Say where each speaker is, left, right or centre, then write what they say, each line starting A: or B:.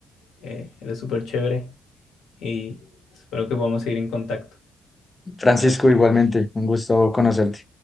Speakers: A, on the left; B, on the left.
A: Eh, eres súper chévere y espero que podamos seguir en contacto.
B: Francisco, igualmente, un gusto conocerte.